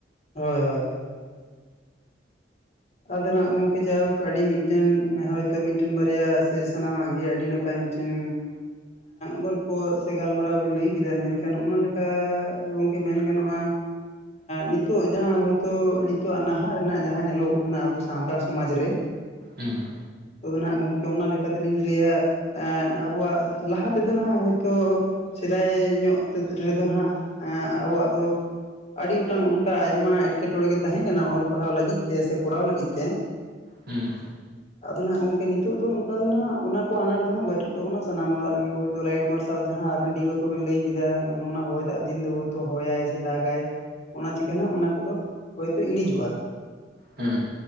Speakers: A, on the left; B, on the right.
A: ᱦᱳᱭ ᱦᱳᱭ ᱟᱫᱚ ᱱᱟᱜ ᱜᱚᱢᱠᱮ ᱡᱟᱭᱦᱳᱠ ᱟᱹᱰᱤ ᱢᱤᱫᱴᱮᱱ ᱦᱚᱭᱛᱳ ᱢᱤᱫᱴᱮᱱ ᱵᱟᱨᱭᱟ ᱥᱮ ᱥᱟᱱᱟᱢᱟᱜ ᱜᱮ ᱟᱹᱰᱤ ᱱᱟᱯᱟᱭ ᱱᱟᱯᱟᱭ ᱢᱤᱫᱴᱮᱱ ᱜᱚᱞᱯᱷᱚ ᱥᱮ ᱜᱟᱞᱢᱟᱨᱟᱣ ᱵᱮᱱ ᱞᱟᱹᱭ ᱠᱮᱫᱟ ᱢᱮᱱᱠᱷᱟᱱ ᱚᱱᱟ ᱞᱮᱠᱟ ᱜᱚᱝᱠᱮ ᱢᱮᱱ ᱜᱟᱱᱚᱜᱼᱟ ᱱᱤᱛᱚᱜ ᱡᱟᱦᱟᱸ ᱦᱳᱭᱛᱳ ᱱᱤᱛᱚᱜᱟᱜ ᱱᱟᱦᱟᱜ ᱨᱮᱱᱟᱜ ᱡᱟᱦᱟᱸ ᱧᱮᱞᱚᱜ ᱚᱱᱟ ᱟᱵᱚ ᱥᱟᱱᱛᱟᱲ ᱥᱚᱢᱟᱡᱽ ᱨᱮ
B: ᱦᱮᱸ
A: ᱛᱚ ᱫᱚ ᱱᱷᱟᱜ ᱜᱚᱝᱠᱮ ᱚᱱᱟ ᱞᱮᱠᱟ ᱛᱮᱞᱤᱧ ᱞᱟᱹᱭᱟ ᱮᱱᱻ ᱟᱵᱚᱣᱟᱜ ᱞᱟᱦᱟ ᱛᱮᱫᱚ ᱱᱷᱟᱜ ᱦᱳᱭᱛᱳ ᱥᱮᱫᱟᱭ ᱧᱚᱜ ᱨᱮᱫᱚ ᱱᱷᱟᱜ ᱟᱵᱚᱣᱟᱜ ᱫᱚ ᱟᱹᱰᱤ ᱜᱚᱴᱟᱝ ᱚᱱᱠᱟ ᱟᱭᱢᱟ ᱮᱴᱠᱮᱴᱚᱬᱮ ᱜᱮ ᱛᱟᱦᱮᱸ ᱠᱟᱱᱟ ᱚᱞ ᱯᱟᱲᱦᱟᱣ ᱞᱟᱹᱜᱤᱫ ᱛᱮ ᱥᱮ ᱠᱚᱨᱟᱣ ᱞᱟᱹᱜᱤᱫ ᱛᱮ
B: ᱦᱩᱸ
A: ᱟᱫᱚ ᱱᱷᱟᱜ ᱜᱚᱝᱠᱮ ᱱᱤᱛᱚᱜ ᱫᱚ ᱚᱱᱠᱟ ᱫᱚ ᱱᱷᱟᱜ ᱚᱱᱠᱟ ᱚᱱᱟ ᱠᱚ ᱟᱱᱟᱴ ᱫᱚ ᱦᱟᱸᱜ ᱵᱟᱹᱪᱩᱜ ᱛᱟᱵᱚᱱᱟ ᱥᱟᱱᱟᱢ ᱚᱲᱟᱜ ᱨᱮᱜᱮ ᱦᱭᱳ ᱛᱚ ᱞᱟᱭᱤᱴ ᱢᱟᱨᱼᱼ ᱥᱟᱞ ᱡᱟᱦᱟᱸ ᱟᱵᱮᱱ ᱰᱤᱵᱟᱹ ᱠᱚᱵᱮᱱ ᱞᱟᱹᱭ ᱠᱮᱫᱟ ᱱᱚᱜᱼᱱᱟ ᱦᱚᱭ ᱫᱟᱜ ᱫᱤᱱ ᱫᱚ ᱦᱳᱭᱛᱚ ᱦᱚᱭᱟᱭ ᱥᱮ ᱫᱟᱜᱟᱭ ᱚᱱᱟ ᱪᱮᱠᱟ ᱱᱷᱟᱜ ᱚᱱᱟ ᱠᱚᱫᱚ ᱦᱚᱭᱛᱮ ᱤᱲᱤᱡᱚᱜᱼᱟ
B: ᱦᱩᱸ